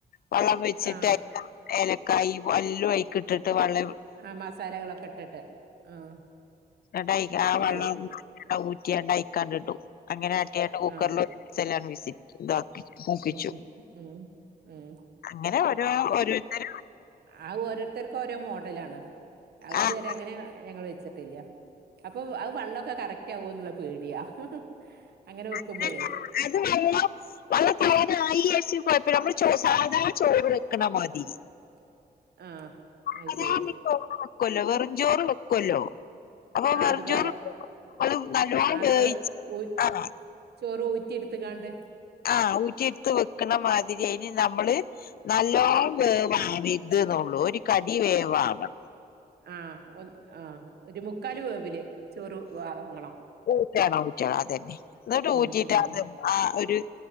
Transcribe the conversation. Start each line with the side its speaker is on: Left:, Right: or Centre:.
Left: വള്ളം വെച്ചിട്ട്
Right: ആഹ്
Left: എല്ലാം ഏലക്കായ വല്ലും ആയ്ക്കിട്ടിട്ട് വള്ള
Right: ആഹ് മസാലകളൊക്കെ ഇട്ടിട്ട് ആഹ്
Left: എന്നിട്ടീ ആ
Right: അത്
Left: വെള്ളം
Right: ശരി
Left: ഊറ്റിയാ ണ്ട്യ്ക്കാണ്ടണ്ട്- അങ്ങനെ ആട്ടിയട്ട് കുക്കറിൽ
Right: ആഹ്
Left: <unintelligible> വിസി- ഇതാക്കി ഇതാക്കിച്ചു
Right: ഉം ഉം ഉം ഉം
Left: അങ്ങനെ ഓരോ ഓരോരുത്തര
Right: ആഹ് ഓരോരുത്തർക്ക് ഓരോ മോഡലാണ്. അത്
Left: ആഹ്
Right: ഇതുവരെ അങ്ങനെ ഞങ്ങൾ വെച്ചിട്ടില്ല അപ്പൊ അത് വള്ളൊക്കെ കറക് ക എന്നുള്ള പേടിയാ അങ്ങനെ വെക്കുമ്പോഴേ
Left: അങ്ങനെ അത് വള്ളം വള്ള <unintelligible> പോയപ്പോ നമ്മള് ച സാധാ ചോറ് വെക്കണ മാതിരി.
Right: ആഹ് അത്
Left: <unintelligible>
Right: ശരി
Left: ചോറ് വെക്കല്ലോ വെറും ചോറ് വെക്കുമല്ലോ. അപ്പൊ
Right: ആഹ്
Left: വെറഞ്ചോറ്
Right: അതുപോലെ
Left: <unintelligible> നമ്മള് നല്ലോണം
Right: ആഹ്
Left: വേവിച്ച്
Right: നമ്മള് ഊ
Left: <unintelligible>
Right: ചോറ് ഊറ്റി എടുത്ത്ക്കാണ്ടേ.
Left: ആഹ് ഊറ്റിെടുത്ത് വെക്കണ മാതിരി അയിന് നമ്മള്, നല്ലോ വേവാ <unintelligible> ഒരു കടി വേവാവണം.
Right: ആഹ് ഒന്ന് ആഹ് ഒരു മുക്കാല് വേവില് ചോറ് വാങ്ങണം
Left: ഊറ്റണം ഊറ്റണം അതന്നെ എന്നിട്ട്
Right: ഉം
Left: ഊറ്റീട്ടാ
Right: ഉം
Left: അ ആഹ് ഒരു